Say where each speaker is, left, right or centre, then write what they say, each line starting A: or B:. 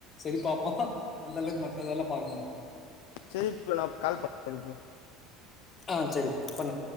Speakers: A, on the left (about 25°); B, on the left (about 85°).
A: செரி பாபோ அந்தளவுக்கு மத்ததெல்லா பாக்க மாட்டோ
B: செரி இப் நா கால் பன்ற ப்ரோ
A: ஆ செரி பன்னுங்